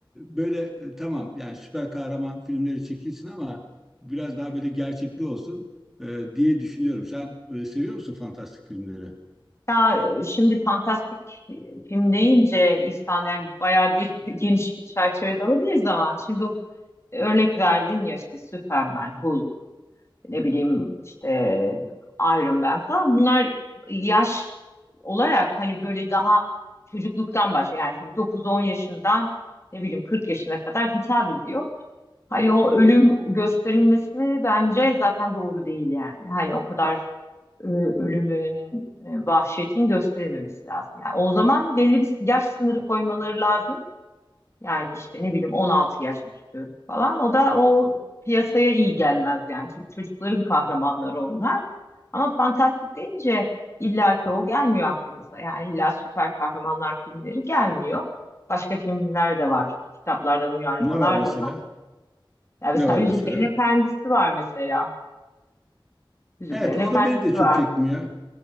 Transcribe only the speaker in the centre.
böyle e, tamam yani süper kahraman filmleri çekilsin ama biraz daha böyle gerçekli olsun e, diye düşünüyorum. Sen e, seviyor musun fantastik filmleri?
Ne var mesela?
Ne var
mesela?
Evet o
da beni de çok
çekmiyor.